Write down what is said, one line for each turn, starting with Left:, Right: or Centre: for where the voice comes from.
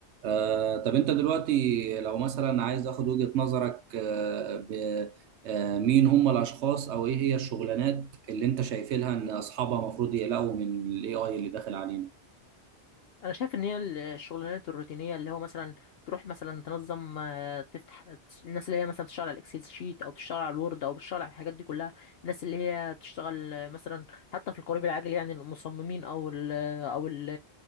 Right: آه، طب انت دلوقتي لو مثلا عايز اخد وجهة نظرك آه، ب- آه، مين هم الاشخاص او ايه هي الشغلانات اللي انت شايف لها ان اصحابها المفروض يقلقوا من الاي اي اللي داخل علينا
Left: انا شايف ان هي الشغلانات الروتينيه اللي هو مثلا تروح مثلا تنظم آه، تفتح الناس اللي هي مثلا تشتغل على الاكسل شيت او بتشتغل على الوورد او بتشتغل على الحاجات دي كلها الناس اللي هي بتشتغل آه، مثلا حتى في القريب العاجل يعني المصممين او ال او ال